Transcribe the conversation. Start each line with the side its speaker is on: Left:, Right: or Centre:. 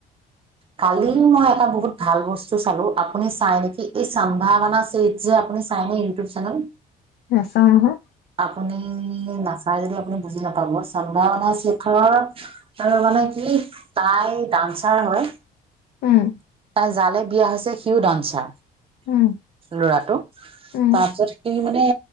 Right: কালি মই এটা বহুত ভাল বস্তু চালোঁ আপুনি চাই নেকি এই চাম্ভাৱনা চ যে আপুনি চাইনে ইউটিউব চেনেল
Left: নেছাওঁ নহয়
Right: আপুনি নাচাই যদি আপুনি বুজি নাপাব চামভাৱানা চেখৰৰ মানে কি তাই ডান্স ছাৰ হয়
Left: উম
Right: জালে বিয়া হৈছে সিউ ধনচাৰ
Left: উম,
Right: ল'ৰাটো তাৰ
Left: উম,
Right: পিছত কি সি মানে